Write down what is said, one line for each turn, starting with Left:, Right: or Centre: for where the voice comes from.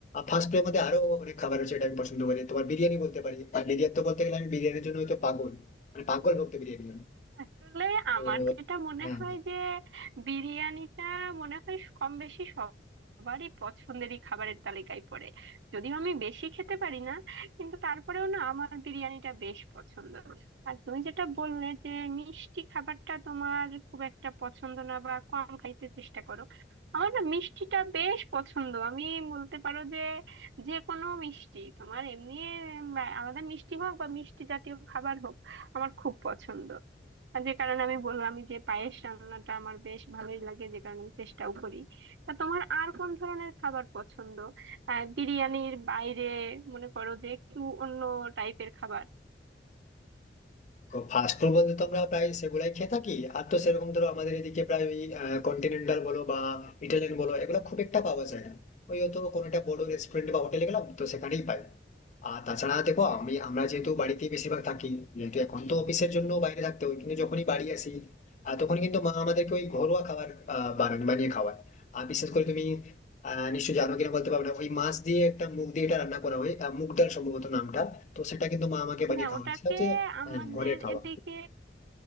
Left: ফাস্ট ফুডের মধ্যে আরো অনেক খাবার আছে এটা আমি পছন্দ করি তোমার বিরিয়ানি বলতে পারি আর বিরিয়ানি তো বলতে গেলে আমি বিরিয়ানির জন্য হয়তো পাগল মানে পাগল ভক্ত বিরিয়ানি
Right: আসলে
Left: তো
Right: আমার যেটা মনে
Left: হ্যাঁ
Right: হয় যে বিরিয়ানিটা মনে হয় কম বেশি সবারই পছন্দেরই খাবারের তালিকায় পড়ে যদিও আমি বেশি খেতে পারি না কিন্তু তারপরেও না আমার বিরিয়ানিটা বেশ পছন্দ আর তুমি যেটা বললে যে মিষ্টি খাবারটা তোমার খুব একটা পছন্দ না বা কম খাইতে চেষ্টা করো আমার না মিষ্টিটা বেশ পছন্দ আমি বলতে পারো যে যে কোনো মিষ্টি তোমার এমনি উম, আলাদা মিষ্টি হোক বা মিষ্টি জাতীয় খাবার হোক আমার খুব পছন্দ আর যে কারণে আমি বললাম আমি যে পায়েস রান্নাটা আমার বেশ ভালোই লাগে যে কারণে আমি চেষ্টাও করি তা তোমার আর কোন ধরনের খাবার পছন্দ আহ বিরিয়ানির বাইরে মনে করো যে একটু অন্য টাইপের খাবার
Left: তো ফাস্ট ফুড বলতে তো আমরা প্রায় সেগুলাই খেয়ে থাকি আর তো সেরকম ধরো আমাদের এদিকে প্রায় ওই কন্টিনেন্টাল বলো বা ইটালিয়ান বলো এগুলো খুব একটা পাওয়া যায় না ওই হয়তো কোনো একটা বড় রেস্টুরেন্ট বা হোটেলে গেলাম তো সেখানেই পাই আর তাছাড়া দেখো আমি আমরা যেহেতু বাড়িতে বেশিরভাগ থাকি যেহেতু এখন তো অফিসের জন্য বাইরে থাকতে হয় কিন্তু যখনই বাড়ি আসি আহ, তখন কিন্তু মা আমাদেরকে ওই ঘরোয়া খাবার আহ, বানান বানিয়ে খাওয়ায় আর বিশেষ করে তুমি আহ নিশ্চয় জানো কিনা বলতে পারবে না ওই মাছ দিয়ে একটা মুগ দিয়ে এটা রান্না করা হয় আহ, মুগ ডাল সম্ভবত নামটা তো সেটা কিন্তু মা আমাকে বানিয়ে
Right: না
Left: খাওয়ায়
Right: ওটাকে
Left: সেটা হচ্ছে
Right: আমাদের
Left: হ্যাঁ ঘরের খাওয়া
Right: এদিকে